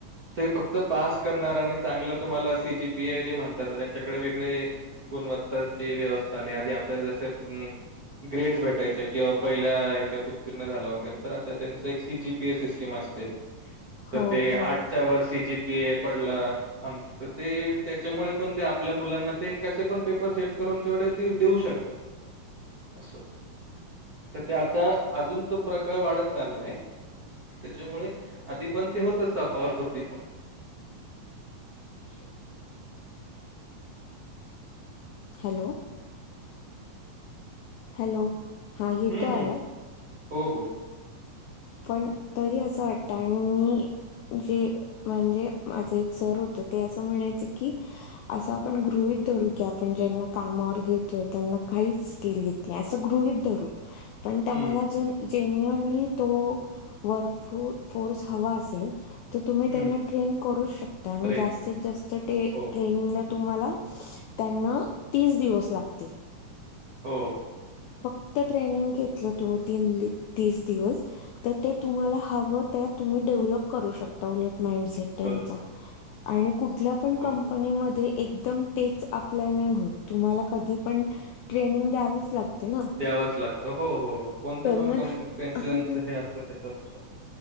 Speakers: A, on the right; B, on the left.
A: ते फक्त पास करणार आणि चांगलं तुम्हाला सीजीपी ए जे म्हणतात त्यांच्याकडे वेगळे गुणवत्ताची व्यवस्था आली आधी आपल्याला ते ग्रेड्स भेटायच्या किंवा पहिल्या ह्याच्यात उत्तीर्ण झालं वगैरे तर आता त्यांच एक सीजीपीए सिस्टम अस तर
B: हो
A: ते
B: हो
A: आठच्या वर्षी जी पी ए पडलं आम तर ते त्याच्यामुळे पण ते आपल्या मुलांना ते कसे पण पेपर सेट करून तेवढे देऊ शकतात असं तर ते आता अजून तो प्रकार वाढत चाललाय त्याच्यामुळे आधी पण ते होतच तफावत होतीच श
B: हॅलो हॅलो हा येतो
A: हं, हं.
B: आवाज
A: हो हो
B: पण तरी असं वाटतं आणि मी जे म्हणजे माझे एक सर होते ते असं म्हणायचे की असं आपण गृहित धरू की आपण ज्यांना कामावर घेतोय त्यांना काहीच स्किल घेत नाही अस गृहित धरू पण तम्हाला
A: हं,
B: ज जेन्युअनली तो वर्क फोर्स हवा असेल तर तुम्ही
A: हं.
B: त्यांना ट्रेन करूच शकता आणि
A: ट्रेन.
B: जास्तीत जास्त ट्रेनिंगला
A: हो,
B: तुमला त्यांना तीस दिवस लागतील
A: हो.
B: नंग घ तुम त ती दिवस तुम्हाला हव तम डेव्हलप करू शकता उलट मांडटसेट त्यांचा
A: करू शकता.
B: आणि कुठल्या पण
A: हो.
B: कंपनीमध्ये एकदम तेच अप्लाय नाही होत तुम्हाला कधी पण ट्रेनिंग द्यावीच लागते ना
A: द्यावच लागतं हो हो हो कोणते
B: तर
A: पण कंपनी त्यांच
B: मग
A: त्यांच हे असतं त्याच्यानुसार